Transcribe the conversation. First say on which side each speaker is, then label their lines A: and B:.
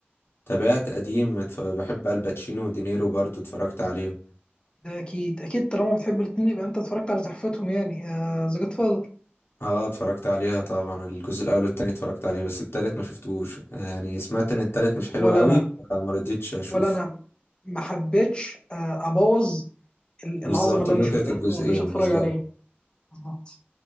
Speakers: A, on the left; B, on the left.
A: تابعت قديم اتف- بحب الباتشينو ودينيرو برضو اتفرجت عليه
B: ده أكيد أكيد طالما بتحب الاتنين يبقى أنت اتفرجت على تحفتهم يعني ذا جاد فاذر
A: اه اتفرجت عليها طبعا الجزء الاول والتاني اتفرجت عليه بس التالت ما شفتوش يعني سمعت ان التالت مش حلو
B: ولا
A: قوي
B: أنا
A: فما رضيتش اشوفه
B: ولا أنا ما حبيتش آه، أبوظ ال-
A: بالظبط
B: العظمة اللي
A: متعة
B: أنا شفتها
A: الجزئين
B: فما رضيتش أتفرج
A: بالظبط
B: عليه بالظبط.